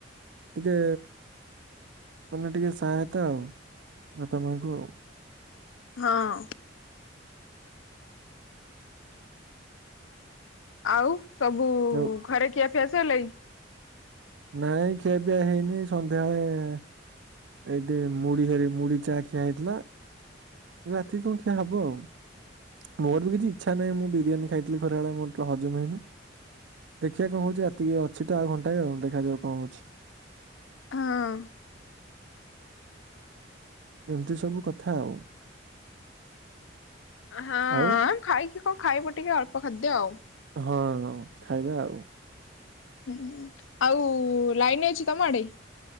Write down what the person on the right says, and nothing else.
ଟିକେ ମାନେ ଟିକେ ସହାୟତା ଆଉ ବାପା ମାଙ୍କୁ।
ଆଉ
ନାଇଁ ଖିଆ ବିିଆ ହେଇନି ସନ୍ଧ୍ୟାବେଳେ ଏଇଠି ମୁଢି ହେ ମୁଢି ଚା ଖିଆ ହେଇଥିଲା। ରାତି କଣ ଖିଆ ହବ ଆଉ। ମୋର ବି କିଛି ଇଚ୍ଛା ନାହିଁ ବିୟାନୀ ଖାଇଥିଲି ଖରା ବଳେ ମୋର ତ ହଜମ ହେଇନି। ଦେଖିବା କଣ ହଉଛି ରାତିକି ଅଛି ତ ଆଉ ଘଣ୍ଟାଏ ଆଉ ଦେଖାଯାଉ କଣ ହଉଛି।
ଏମିତି ସବୁ କଥା ଆଉ।
ଆଉ
ହଁ ହଁ ଖାଇବା ଆଉ।